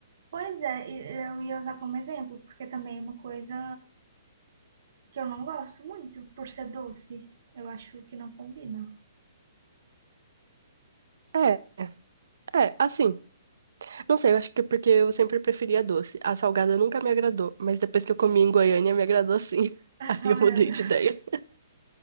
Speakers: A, on the right; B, on the right.
A: Pois é, e- eu ia usar como exemplo, porque também é uma coisa que eu não gosto muito, por ser doce. Eu acho que não combina. <laughs>
B: É, é, assim. Não sei, eu acho que é porque eu sempre preferia doce. A salgada nunca me agradou, mas depois que eu comi em Goiânia me agradou sim. <laughs>
A: Tá
B: Aí eu
A: vendo?
B: mudei de ideia.